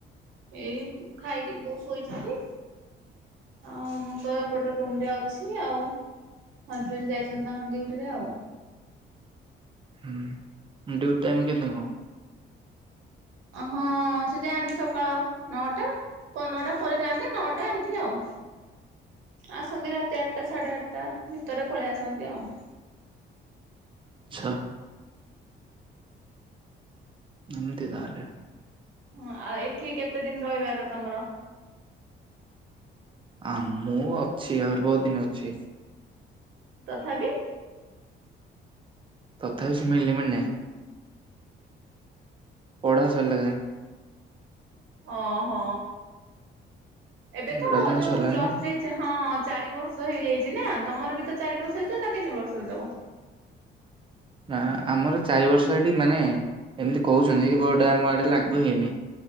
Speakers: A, on the right; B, on the right.
A: ଏଇ ଖାଇକି ବୋଉ ଶୋଇଛନ୍ତି। ଆଉ ମୁଁ ତ ଏପଟ ରୁମ୍ ରେ ଅଛି ଆଉ। ହଜବେଣ୍ଡ ଯାଇଛନ୍ତି ତାଙ୍କ ଡିୟୁଟି ରେ ଆଉ।
B: ଡିୟୁଟି ଟାଇମ୍ କେତେ କଣ?
A: ହଁ ସେ ଯାଆନ୍ତି ସକାଳ ନଅଟା ପ ନଅଟା ପରେ ଯାଆନ୍ତି ନଅଟା ଏମିତି ଆଉ। ଆସନ୍ତି ରାତି ଆଠଟା ସାଢେ ଆଠଟା ଭିତରେ ପଳେଇ ଆସନ୍ତି ଆଉ।
B: ଛଅ ଏମିତି ତାହାଲେ।
A: ହଁ ଆଉ ଏଠି କେତେ ଦିନ ରହିବାର ତମର?
B: ଆ ମୁଁ ଅଛି ଆହୁରି ବହୁତ ଦିନ ଅଛି।
A: ତଥାବି
B: ତଥାବି ସେ ମିଲିମିନେ ପଢ଼ା ସାରିଲା ଯାଏଁ।
A: ହଁ ହଁ। ଏବେ ତ
B: ଗ୍ରାଜୁଏସନ୍
A: ଯୋଉ
B: ସରିଲା
A: ପ୍ଲସ
B: ଯାଏଁ
A: ଥ୍ରୀ ହଁ ଚାରି ବର୍ଷ ହେଇଯାଇ ଛି ନା ତମର ବି ତ ଚାରି ବର୍ଷ ହେଇଥିବ ନା ତିନି ବର୍ଷରେ ଦବ?
B: ଆ ଆମର ଚାରି ବର୍ଷ ସେଇଠି ମାନେ ଏମିତି କହୁଛନ୍ତି ବଟ୍ ଆମ ଆଡେ ଲାଗୁ ହେଇନି।